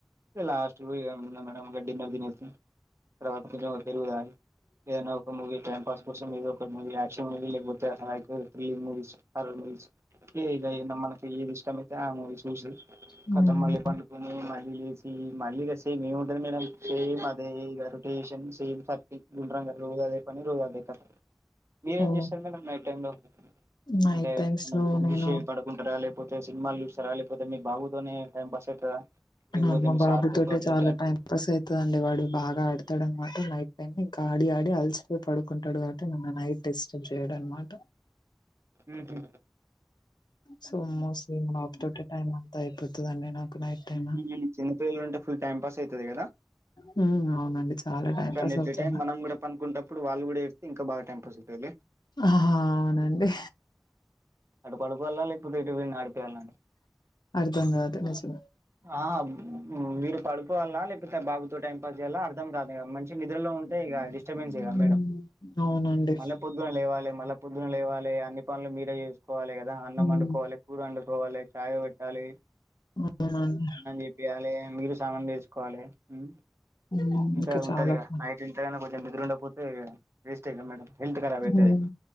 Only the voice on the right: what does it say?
ఇగ లాస్టుకు పోయి ఇగ ఏం లేద్ మేడం డిన్నర్ దినేసి తర్వాత కొంచం ఓ పెరుగు తాగి ఏదన్నా ఒక మూవీ టైం పాస్ కోసం ఏదో ఒక మూవీ యాక్షన్ మూవీలకు పోతే హకు త్రీ మూవీస్ హార్రర్ మూవీస్ ఏ ఇగ ఏందో మనకి ఏది ఇష్టమయితే ఆ మూవీ చూసి
కతం మళ్ళీ పండుకుని మ లేసి మళ్ళీ ఇగ సేమ్ ఏముంటది మేడం సేమ్ అదే ఇగా రొటేషన్స్ ఏం హప్పి గుండ్రంగా రోజు అదే పని రోజు అదే పని మీరేం
చేస్తారు మేడం నైట్ టైమ్ లో
అంటే ఏమన్నా
బుక్
జూసే పడుకుంటార లేే పోతే సినిమాలు చూస్తారా లేకపోతే మీ బాబుతోనే టైమ్ పాస్ అయితదా లేకపోతే
మీ
సార్ తో పాటు
ఉహు
ఉమ్ చిన్నపిల్లలు ఉంటే ఫుల్ టైం పాస్ అయితది కదా
కాని
నిద్ర
టైం మనం కూడా పనుకుంటప్పుడు వాళ్ళు కూడా ఏ ఇంకా బాగా టైం పాస్ ఐతదిలే
అటు పడుకోవళ్ల లేకపోతే ఇటు విడిని ఆడిపియాల్నా అని
ఆ ఉ మీరు పడుకోవాలా లేకపోతే బాబుతో టైం పాస్ చేయాలా అర్థం కాదు ఇగ మంచి నిద్రలో ఉంటే ఇగ
డిస్టబెన్స్ ఏ గా మేడం
మల్ల పొద్దున్న లేవాలే మల్ల లెవాలి అన్ని పనులు మీరే చేసుకోవాలి గదా. అన్నం
వండుకోవాలి, కూర వండుకోవాలి, చాయ్ పెట్టాలి.
చేపియాలే మీరు స్నానం చేసుకోవాలే హ్మ్
ఇంక
ఉంటదిగ
నైట్ ఎంతైన కొంచెం నిద్రవుండకపోతే ఇగ వెస్టే కదా మేడం హెల్త్ ఖరాబ్ అయితది